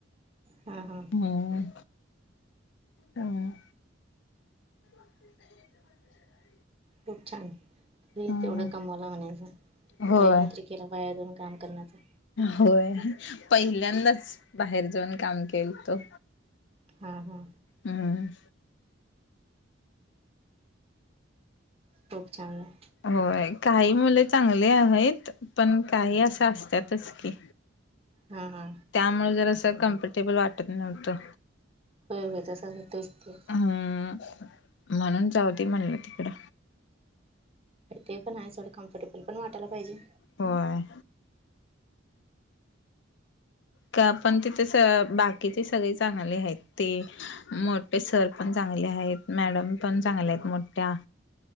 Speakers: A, on the right; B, on the left.
A: हा हा
B: हम्म हम <inaudible> <inaudible>
A: खूप छान तेवढं
B: हम्म.
A: कमावला म्हणायचा
B: होय
A: प्रयत्न त केला पाया दोन काम करण्याचा
B: होय पहिल्यांदाच बाहेर जाऊन काम केल तो
A: हां हां
B: हम
A: खूपछांन आहे.
B: होय काही मुले चांगली आहेत पण काही असा असतातच की,
A: हा हा
B: त्यामुळे जर असं कम्फर्टेबल वाटत नव्हतं.
A: प हो तसं होतेच ते
B: हम् म्हणून जाऊ दे म्हणलं तिकडं
A: ते पण आहे सों कम्फर्टेबल पण वाटयला पाहिजे.
B: होय. का पण तिथे स बाकीचे सगळे चांगले आहेत ते... मोठे सर पण चांगले आहेत मॅडम पण चांगले आहेत मोठ्या